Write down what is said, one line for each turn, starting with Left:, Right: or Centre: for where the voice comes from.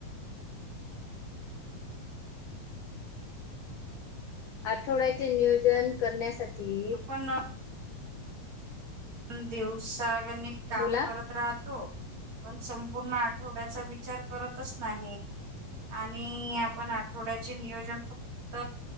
Left: आठवड्याचे नियोजन करण्यासाठी
Right: प आपण देवसागण काम
Left: बोला
Right: करत राहतो. पण संपूर्ण आठवड्याचा विचार करतच नाही. आणि आपण आठवड्याचे नियोजन फक्त